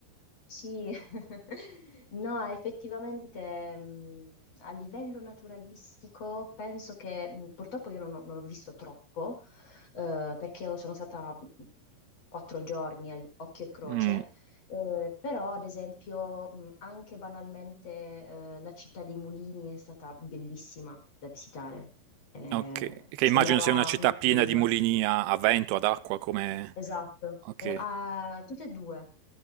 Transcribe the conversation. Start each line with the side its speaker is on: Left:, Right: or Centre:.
Left: Sì, <laughs> no, effettivamente mh, a livello naturalistico penso che mh, purtroppo io non ho, non ho visto troppo eh, perché io sono stata mh, quattro giorni al- occhio e croce,
Right: Mm,
Left: eh, però ad esempio mh, anche banalmente eh, la città dei mulini è stata bellissima da visitare, Eh,
Right: ok, che
Left: sembrava
Right: immagino sia una città
Left: un
Right: piena
Left: film.
Right: di mulini a, a vento, ad acqua, come...
Left: Esatto,
Right: Ok.
Left: eh, a tutte e due.